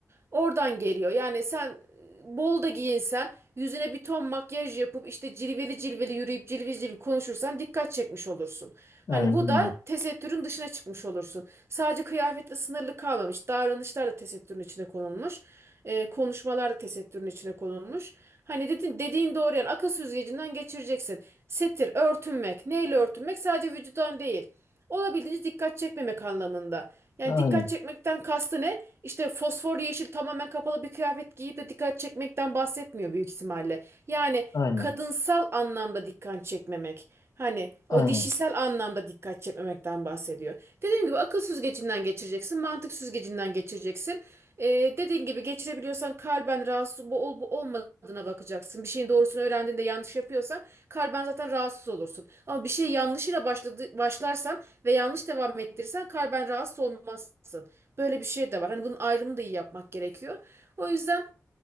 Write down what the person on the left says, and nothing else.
aynen
öyle.
Aynen,
aynen,
aynen,